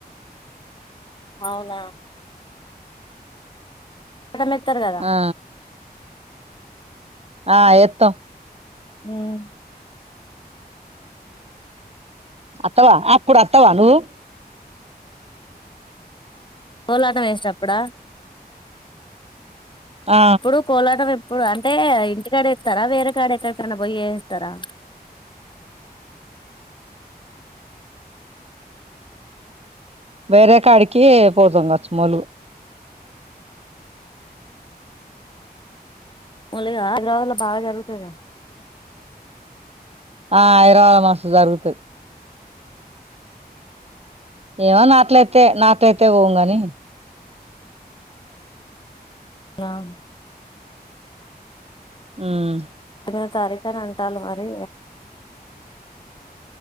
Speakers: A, on the left (about 30°); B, on the right (about 40°).
A: అవునా అక్కడ మెత్తారు కదా
B: ఆ ఆ ఎత్త
A: ఉమ్
B: అత్తవా అప్పుడు అత్తవా నువ్వు
A: కోలాటం ఏస్టపుడ
B: ఆ
A: ఇప్పుడు కోలాటం ఎప్పుడు అంటే ఇంటికాడ ఏస్తారా వేరే కాడ ఎక్కడికైనా పోయ ఏస్తారా
B: వేరే కాడికి పోతం కచ్చుమలు
A: ముందుగల్ల హైదరాబాలో బాగా జరుగుతదండి
B: ఆ హైదరాబాద్ల మస్తు జరుగుతది ఏమో నాట్లైతే నాట్లైతే పొంగని
A: రామ్
B: ఉమ్మ్
A: ఎనిమిదో తారీఖనీ అని అంటాన్రు మరి